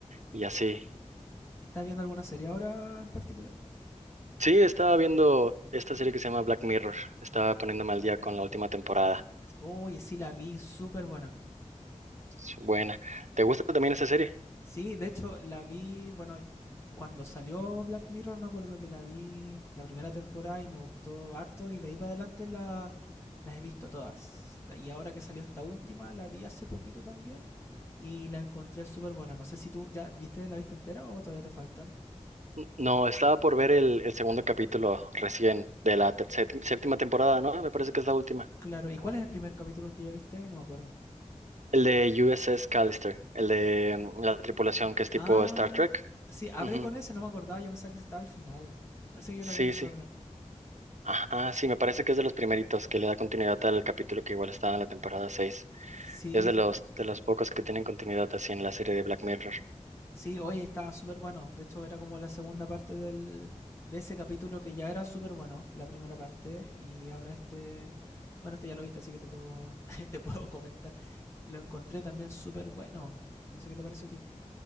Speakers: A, on the right; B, on the left.
A: y así.
B: ¿Estás viendo alguna serie ahora en particular?
A: Sí, estaba viendo esta serie que se llama Black Mirror. Estaba poniéndome al día con la última temporada.
B: Oye, sí la vi, súper buena.
A: Es buena. ¿Te gusta también esa serie?
B: Sí, de hecho, la vi, bueno, cuando salió Black Mirror me acuerdo que la vi la primera temporada y me gustó harto y de ahí para adelante la, las he visto todas. Y ahora que salió esta última, la vi hace poquito también y la encontré súper buena. No sé si tú ya viste la viste entera o todavía te faltan.
A: N- No, estaba por ver el, el segundo capítulo recién de la te- sépti- séptima temporada, ¿no? Me parece que es la última.
B: Claro, ¿y cuál es el primer capítulo el que ya viste? Ay, No me acuerdo.
A: El de USS Callister, el de mm, la tripulación que es tipo
B: Ah,
A: Star Trek.
B: sí, abre
A: Ujú.
B: con ese, no me acordaba, yo pensaba que estaba al final. Parece que yo
A: Sí,
B: la vi en desorden.
A: sí. Ajá, sí, me parece que es de los primeritos que le da continuidad al capítulo que igual estaba en la temporada 6.
B: Sí,
A: Es de los de los pocos que tienen continuidad así en la serie de Black Mirror.
B: Sí, hoy estaba súper bueno. De hecho, era como la segunda parte del, de ese capítulo que ya era súper bueno, la primera parte, y ahora este, bueno, este ya lo viste, así que te puedo, <laughs> te puedo comentar. Lo encontré también súper bueno. No sé qué te pareció a ti.